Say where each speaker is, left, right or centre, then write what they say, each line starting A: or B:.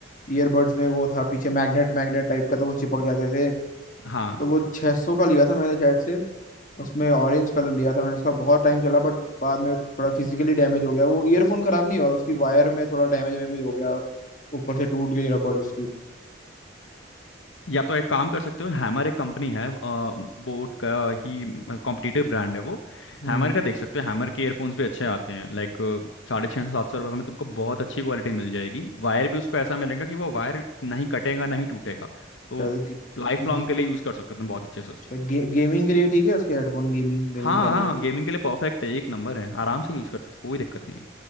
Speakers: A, on the left (about 40°); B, on the left (about 80°).
A: ईयरबड्स में वो था पीछे मैग्नेट मैग्नेट टाइप का था वो चिपक जाते थे
B: हाँ
A: तो वो 600 का लिया था मैंने शायद से उसमें ऑरेंज कलर लिया था मैंने उसका बहुत टाइम चला बट बाद में थोड़ा फिजिकली डैमेज हो गया वो ईयरफोन खराब नहीं हुआ उसकी वायर में थोड़ा डैमेज वैमेज हो गया ऊपर से टूट गई रबड़ उसकी
B: या तो एक काम कर सकते हो हैमर एक कंपनी है बोट का ही कॉम्पिटिटिव ब्रांड है वो
A: हम्म
B: हैमर का देख सकते हो हैमर के एयरफोन्स भी अच्छे आते हैं लाइक साढ़े छः सौ सात सौ रुपये में तुमको बहुत अच्छी क्वालिटी मिल जाएगी वायर भी उसको ऐसा मिलेगा कि वो वायर नहीं कटेगा नहीं टूटेगा तो
A: शायद गे,
B: लाइफ
A: गे,
B: लॉन्ग के लिए यूज़ कर सकते हो तुम बहुत अच्छे से उसको
A: शायद गे, गेमिंग के लिए ठीक है उसके हेडफोन गेमिंग गेमिंग
B: हाँ
A: करने
B: हाँ
A: के
B: गेमिंग के लिए परफेक्ट है एक नंबर है आराम से यूज़ कर सकते हो कोई दिक्कत नहीं है